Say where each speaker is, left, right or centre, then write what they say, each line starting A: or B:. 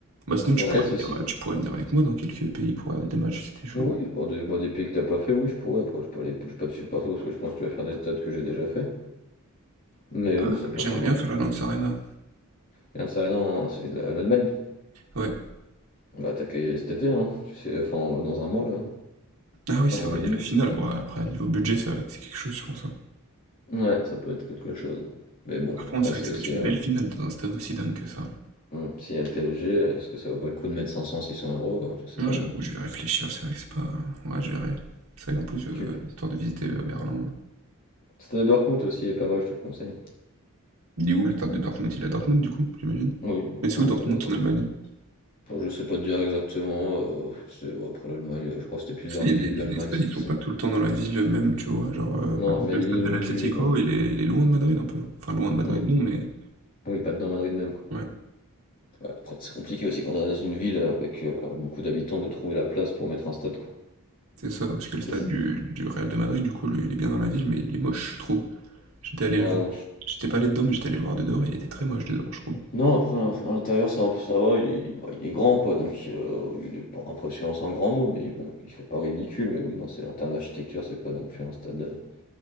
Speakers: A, on the right; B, on the left.
A: Bah sinon
B: Brest
A: tu pourrais venir,
B: aussi.
A: euh, tu pourrais venir avec moi dans quelques pays pour regarder des matchs, c'était chaud.
B: Oui, pour des, bah, des pays que t'as pas fait, oui, je pourrais. Après, je peux aller... Je peux pas te suivre partout, parce que je pense que tu vas faire des stades que j'ai déjà fait. Mais
A: Ah,
B: oui, ça peut
A: J'aimerais
B: être un,
A: bien faire la Lance Arena.
B: Regarde ça, non, c'est la- l'Allemagne.
A: Ouais.
B: On va attaquer cet été, hein. Tu sais, enfin, dans un mois, là.
A: Ah oui,
B: Un
A: c'est
B: mois
A: vrai,
B: et demi.
A: il y a la
B: là.
A: finale. Bon, après, niveau budget, ça va être c'est quelque chose, je pense. hein.
B: Ouais, ça peut être quelque chose. Mais bon,
A: Par contre,
B: après,
A: c'est vrai
B: c'est
A: que ça va
B: s'il
A: être une
B: y a,
A: belle finale dans un stade aussi dingue que ça.
B: hum, s'il y a le PSG, est-ce que ça vaut pas le coup de mettre 500, 600 euros? Ben, Je sais
A: Non,
B: pas,
A: j'avoue,
B: hein.
A: je vais réfléchir, c'est vrai que c'est pas... Ouais, je verrai. C'est vrai qu'en plus, euh,
B: Tu peux.
A: histoire de visiter euh, Berlin...
B: Stade de Dortmund aussi est pas mal, je te le conseille.
A: Il est où le stade de Dortmund? Il est à Dortmund, du coup, j'imagine.
B: Oui, du
A: Mais
B: coup,
A: c'est où Dortmund
B: oui, la Dortmund.
A: en Allemagne?
B: Bon, je sais pas te dire exactement. euh, c'est, bon, après l'Allemagne, euh, je crois que c'était plus
A: Tu
B: vers le
A: sais, il
B: début
A: y a des, il
B: de l'Allemagne.
A: y a des stades, ils sont
B: c'est-
A: pas tout le temps dans la ville même, tu vois. Genre, euh,
B: Non,
A: par exemple,
B: mais
A: le
B: lui,
A: stade
B: oui,
A: de l'Atlético,
B: lui, il est dans le...
A: il est, il est loin de Madrid un peu. Enfin, loin
B: Hum.
A: de Madrid, non, mais
B: Oui, pas dedans Madrid même, quoi.
A: ouais,
B: Ouais, après, c'est compliqué aussi quand on est dans une ville avec euh, beaucoup d'habitants de trouver la place pour mettre un stade, quoi.
A: c'est ça. Parce que le
B: C'est
A: stade
B: ça.
A: du, du Real de Madrid, du coup, le- il est bien dans la ville, mais il est moche, je trouve. J'étais allé
B: Ouais,
A: le voir.
B: non, je-
A: J'étais pas allé dedans, mais j'étais allé le voir de dehors, et il était très moche de dehors, je trouve.
B: non, après, à l'intérieur, ça, ça va, il est, bah, il est grand, quoi, donc euh, il est pas impressionnant, c'est un grand mot, mais bon, il fait pas ridicule, mais oui, non, c'est, en termes d'architecture, c'est pas non plus un stade, euh,